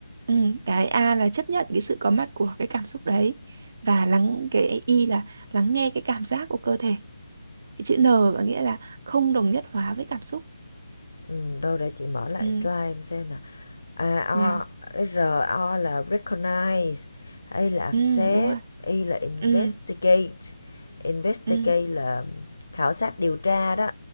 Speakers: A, on the right; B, on the left.
A: Ừm, cái A là chấp nhận cái sự có mặt của cái cảm xúc đấy và lắng cái I là lắng nghe cái cảm giác của cơ thể cái chữ N có nghĩa là không đồng nhất hóa với cảm xúc
B: ừ, đâu để chị mở lại
A: Ừm,
B: slide xem nè À,
A: và
B: R o, là recognize, A là accept,
A: ừm, đúng rồi
B: I là investigate.
A: Ừm,
B: Investigate
A: ừm,
B: là khảo sát điều tra đó